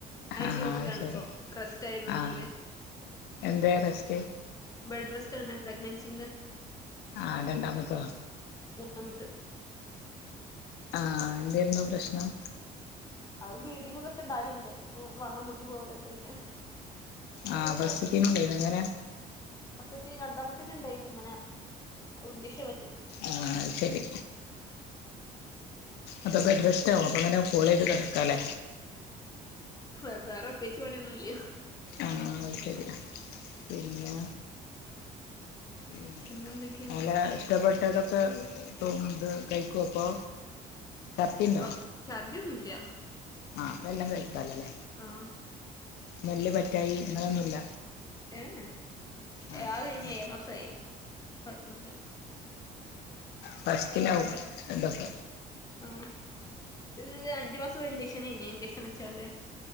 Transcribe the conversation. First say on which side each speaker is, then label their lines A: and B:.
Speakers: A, on the left (about 20°); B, on the left (about 75°).
A: എന്റെ
B: ആഹ്
A: വീട്ടിലാണിപ്പോൊ
B: അത് ശരി
A: റെസ്റ്റ് ആയതോണണ്ട്
B: ആഹ് എന്തേ റെസ്റ്റ്
A: ബെഡ്രെസ്റ്റാണ് പ്രഗ്നൻസിൻ്റെ
B: ആ രണ്ടാമത്തതാ
A: സമയത്ത്
B: ആഹ് എന്താര്ന്നു പ്രശ്നം
A: അത് ബ്ലീഡിംഗുംതൊക്കെ ഇണ്ടാവാലുണ്ട് ഇപ്പൊ വെള്ളം പൊട്ടി പോവലൊക്കെ ആയിട്ട് ഇഞ്ചക്ഷൻ
B: ആഹ് ഫാസ്റ്റാത്തേനും ഉണ്ടയിന അങ്ങനെ
A: ക്കത്തി രണ്ടാമത്തെന് ഉണ്ടായിനി ഇങ്ങനെ ഇൻജക്ഷൻ വെക്ക
B: ആഹ് ശെരി അപ്പൊ ബെഡ് റസ്റ്റ്‌ ആകും അപ്പൊ ഇങ്ങനെ കോളേയ്ത് കടക്കാലേ
A: വേ വേറെ പ്രത്യേകിച്ച് പണിയൊന്നുംല്ല
B: ആഹ് അത് ശെരി പിന്നാ ഉം
A: പിന്നെ എന്തൊക്കെയാ
B: നല്ല ഇഷ്ടപ്പെ ട്ടതൊക്കെ തോന്നുന്നത് കഴിക്കും അപ്പൊ ചർത്തിണ്ടോ
A: ഇപ്പൊ ഛർദ്യൊന്നുംല്ല
B: ആഹ് അപ്പ എല്ലാം കഴിക്കാല്ലാല്ലേ
A: ആഹ്
B: നെല്ല് പറ്റായി ഇങ്ങനെയൊന്നുല്ല
A: ഏഹ്
B: ആഹ്
A: ആറ്
B: അപ്പൊ
A: കഴിഞ്ഞ് ഏഴാം മാസായി കൊയപ്പൊന്നുല്ല
B: ഫസ്റ്റാലാവും ഇതൊക്ക
A: ആഹ് ഈഹ് അഞ്ചു മാസം ഇഞ്ചക്ഷനയിന് ഇഞ്ചക്ഷൻ വെച്ചണ്ട്